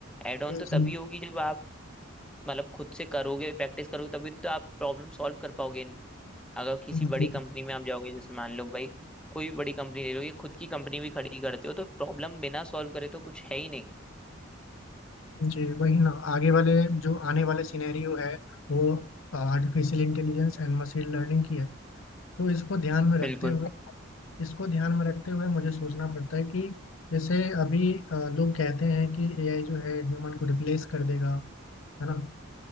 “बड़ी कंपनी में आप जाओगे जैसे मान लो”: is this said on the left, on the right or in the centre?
Centre